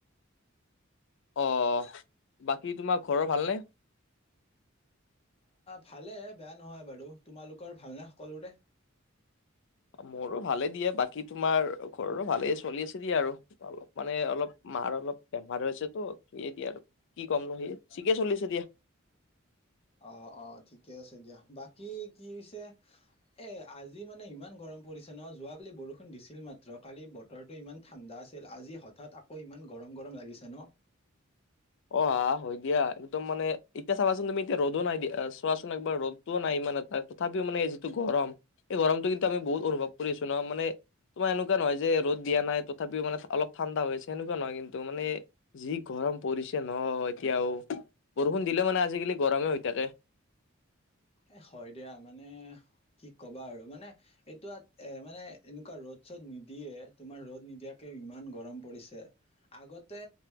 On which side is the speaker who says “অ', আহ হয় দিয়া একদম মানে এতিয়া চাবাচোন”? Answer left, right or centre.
Left